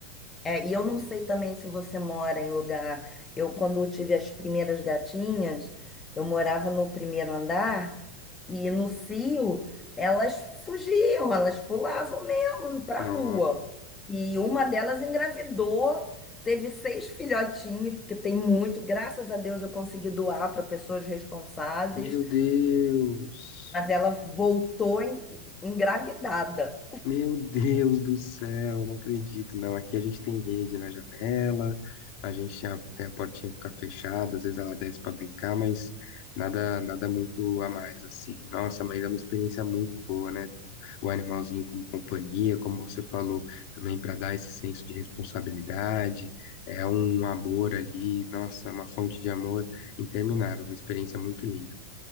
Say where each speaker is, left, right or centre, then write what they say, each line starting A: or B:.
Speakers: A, on the left; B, on the left.
A: é, e eu não sei também se você mora em lugar. Eu, quando eu tive as primeiras gatinhas, eu morava no primeiro andar e no cio elas fugiam, elas pulavam mesmo pra
B: Nossa.
A: rua. E uma delas engravidou, teve seis filhotinhos, porque tem muito. Graças a Deus eu consegui doar para pessoas responsáveis,
B: Meu Deus.
A: mas ela voltou en- engravidada.
B: Meu Deus do céu, não acredito, não. Aqui a gente tem rede na janela, a gente a, a portinha fica fechada, às vezes ela desce pra brincar, mas nada nada muito a mais assim. Nossa, mas é uma experiência muito boa, né? Ter o, o animalzinho como companhia, como você falou, também para dar esse senso de responsabilidade, é um amor ali, nossa, uma fonte de amor interminável, uma experiência muito linda.